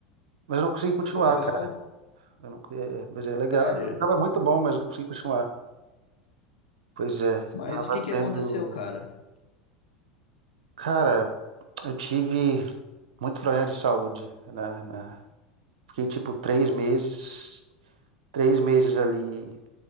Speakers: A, on the right; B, on the left.
A: mas eu não consegui continuar,
B: Pô, legal.
A: Eu não, é, pois é, legal,
B: Sério.
A: eu tava muito bom, mas eu não consegui continuar. Pois é,
B: Mas
A: tava
B: o que que
A: tendo.
B: aconteceu, cara?
A: Cara, eu tive muito problema de saúde, né? né? Fiquei tipo três meses, três meses ali,